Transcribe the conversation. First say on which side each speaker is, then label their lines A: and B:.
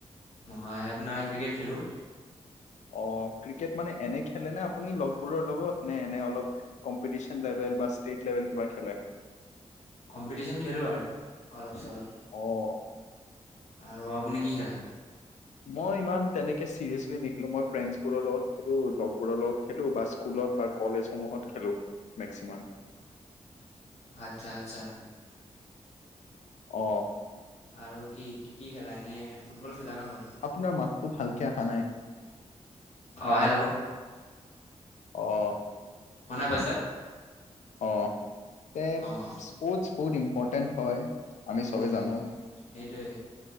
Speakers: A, on the left; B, on the left.
A: মই আপোনাৰ ক্ৰিকেট খেলো।
B: অ ক্ৰিকেট মানে এনে খেলে নে আপুনি লগবোৰৰ লগত নে এনে অলপ কম্পিটিচন লে ভেল বা ষ্টেট লেভেল কিবা খেলে?
A: কম্পিটিচন খেলো আৰু অলপ চলপ
B: অঁ।
A: আৰু আপুনি কি খেলে?
B: মই ইমান তেনেকে চিৰিয়াছ লি নেখেলো। মই ফ্ৰেণ্ডছবোৰৰ লগত খেলো, লগবোৰৰ লগত খেলো বা স্কুলত বা কলেজসমূহত খেলো। মেক্সিমাম।
A: আচ্ছা আচ্ছা।
B: অহ
A: আৰু কি কি খেলা এনেই ফুটবল খেলে ন খালি?
B: আপোনাৰ মাতটো ভালকে অহা নাই।
A: অ হেল্ল'!
B: আহ।
A: শুনা পাইচা?
B: অ তে
A: অঁ
B: স্পৰ্টছ বহুত ইম্পৰ্টেণ্ট হয়, আমি চবেই
A: হুম
B: জানো।
A: হুম সেইটোৱে।